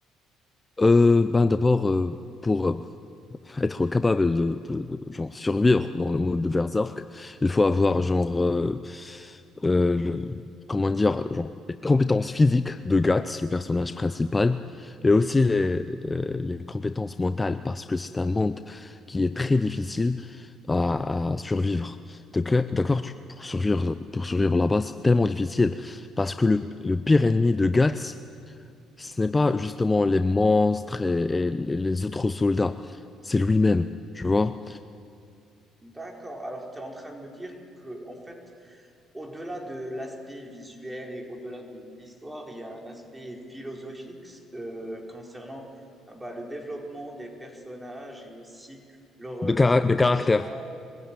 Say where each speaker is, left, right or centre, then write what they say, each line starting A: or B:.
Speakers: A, on the left; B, on the right.
A: Euh, ben d'abord, euh, pour euh, être capable de, de- de, genre, survivre dans le monde de Berserk, il faut avoir, genre, euh, euh, le- comment dire, genre, les compétences physiques de Guts, le personnage principal, et aussi les, euh, les compétences mentales, parce que c'est un monde qui est très difficile à, à survivre. Donc, euh, D'accord, tu- pour survivre, pour survivre là-bas, c'est tellement difficile, parce que le, le pire ennemi de Guts, ce n'est pas justement les monstres et, et les les autres soldats, c'est lui-même, tu vois.
B: D'accord. Alors, tu es en train de me dire que, en fait, au-delà de l'aspect visuel et au-delà de l'histoire, il y a un aspect philosophique euh, concernant euh, bah, le développement des personnages et aussi leur, euh,
A: De, cara-
B: leur connexion.
A: de caractère.